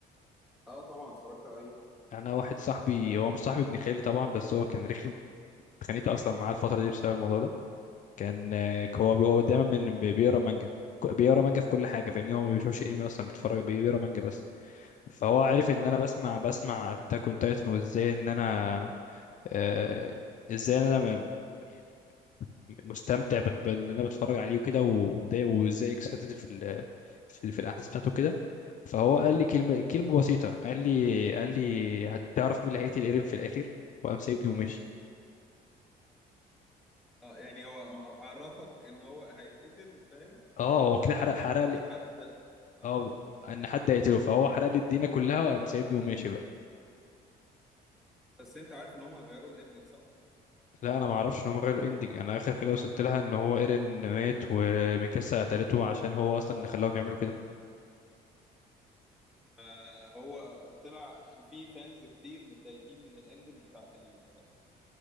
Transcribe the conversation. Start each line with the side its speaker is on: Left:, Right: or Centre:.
Centre: اه طبعا اتفرجت عليه
Left: انا واحد صاحبي هو مش صاحبي ابن خالي طبعا بس هو كان رخم اتخانقت اصلا معاه الفتره دي بسبب الموضوع ده كان آه، هو هو دايما من بيقرا مانجا ك- بيقرا مانجا في كل حاجه فاهمني هو ما بيشوفش انمي اصلا بيتفرج بي- بيقرا مانجا بس فهو عارف ان انا
Centre: اه
Left: بسمع بسمع اتاك اون تايتن وازاي ان انا آه، ازاي ان انا ما- يعني مستمتع بت- بان انا بتفرج عليه وكده وده وازاي اكسايتد في ال... في, ال... في الاحداث بتاعته كده فهو قال لي كلمه كلمه بسيطه قال لي قال لي هتعرف مين اللي هيقتل ايرين في الاخر وقام سايبني وماشي
Centre: اه يعني هو مع- عرفك ان هو هيتقتل فاهم
Left: اه
Centre: وعرفك
Left: هو كده حرق حرق
Centre: ان في
Left: لي
Centre: حد اه
Left: اه ان حد هيقتله فهو حرق لي الدنيا كلها وقام سايبني وماشي بقى
Centre: بس انت عارف ان هم غيروا الاندنج صح
Left: لا انا ما اعرفش ان هم غيروا الاندنج انا اخر حاجه وصلت لها ان هو ايرين مات وميكاسا قتلته عشان هو اصلا اللي خلاهم يعملوا كده
Centre: ما هو طلع ان في فانز كتير متضايقين من الاندنج بتاعت ال-